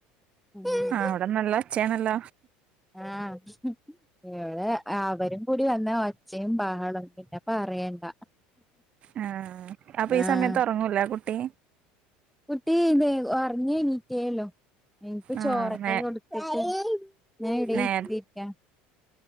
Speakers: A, in the centre; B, on the right.
A: കുഞ്ഞ്.
B: ആ അവിടെന്നല്ല അച്ചയനല്ല
A: ആടെ അവരും എടി വന്ന ഒച്ചയും ബാഹളും പിന്നെപ്പ അയണ്ട
B: ആഹ് അപ്പൊ ഈ
A: ആഹ
B: സമയത്ത് ഉറങ്ങൂല കുട്ടി
A: കുട്ടി ഇ പറഞ്ഞേ നീറ്റല്ലോ ഇനിപ്പ
B: ആഹ്
A: ചോറൊക്കെ
B: നേ
A: കൊടുത്ത ഞൻ ഇവിടെ
B: നേര
A: ഇത്തിരിക്ക